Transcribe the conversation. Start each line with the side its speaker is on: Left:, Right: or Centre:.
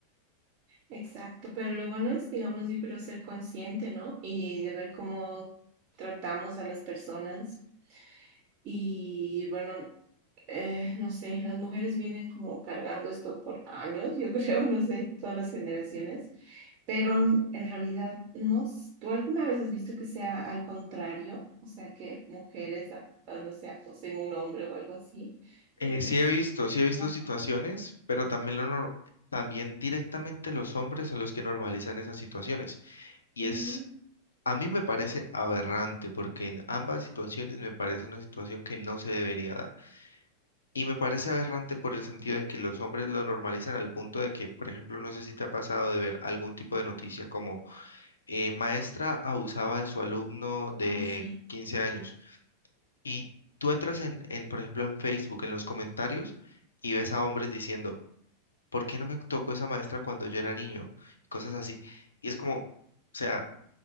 Right: Exacto, pero lo bueno es, digamos, yo creo ser consciente, ¿no? Y de ver cómo tratamos a las personas. Y bueno, eh, no sé, las mujeres vienen como cargando esto por años, yo creo, <laughs> no sé, todas las generaciones, pero en en realidad, no, s- ¿tú alguna vez has visto que sea al contrario? O sea, que mujeres, a- a- no sé, acosen a un hombre o algo así.
Left: Eh,
Right: Eh, No,
Left: sí
Right: sé,
Left: he visto, sí he visto
Right: no,
Left: situaciones, pero también lo nor- también directamente los hombres son los que normalizan esas situaciones. Y
Right: no,
Left: es, a mí me parece aberrante, porque en ambas situaciones me parece una situación que no se debería dar. Y me parece aberrante por el sentido de que los hombres lo normalizan al punto de que, por ejemplo, no sé si te ha pasado de ver algún tipo de noticia como eh, maestra abusaba de su alumno de
Right: ay, sí.
Left: 15 años. Y tú entras en, en, por ejemplo, en Facebook, en los comentarios, y ves a hombres diciendo, ¿por qué no me tocó esa maestra cuando yo era niño? Y cosas así. Y es como, o sea,